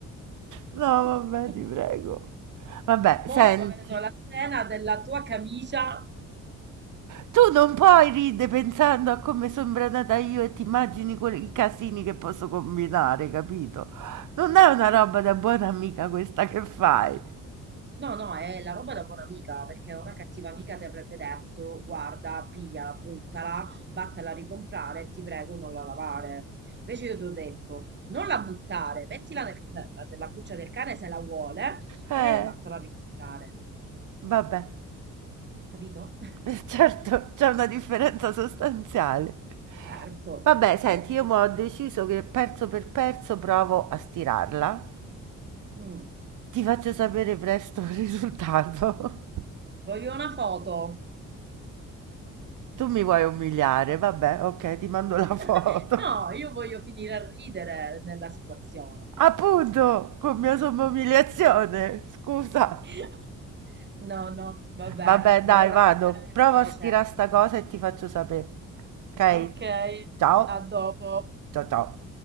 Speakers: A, on the right; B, on the right.
A: No,
B: <laughs>
A: vabbè, ti prego. Vabbè, senti,
B: Mo' sto avendo la scena della tua camicia.
A: tu non puoi ridere pensando a come sono branata io e ti immagini quelli- i casini che posso combinare, capito? Non è una roba da buona amica questa che fai.
B: No, no, è la roba da buona amica, perché una cattiva amica ti avrebbe detto, guarda, pigliala, bruttala, vattela a ricomprare e ti prego non la lavare. Invece io ti ho detto, non la buttare, mettila nel- nella cuccia del cane se la vuole
A: Eh,
B: e vattela a ricomprare.
A: vabbè,
B: Capito? <laughs>
A: <laughs> certo, c'è una differenza sostanziale.
B: Certo,
A: Vabbè, senti,
B: ovvio.
A: io mo ho deciso che perso per perso provo a stirarla.
B: Mm.
A: Ti faccio sapere presto il risultato.
B: Voglio una foto.
A: Tu mi vuoi umiliare? Vabbè, ok, ti mando la
B: <laughs>
A: foto.
B: No, io voglio finire a ridere nella situazione.
A: Appunto, con mia somma umiliazione, scusa.
B: <laughs> No, no, va
A: Vabbè,
B: bene,
A: dai,
B: me lo racconterai
A: vado.
B: a
A: Prova
B: voce.
A: a stirare sta cosa e ti faccio sapere. Ok?
B: Ok,
A: Ciao.
B: a dopo.
A: Ciao ciao.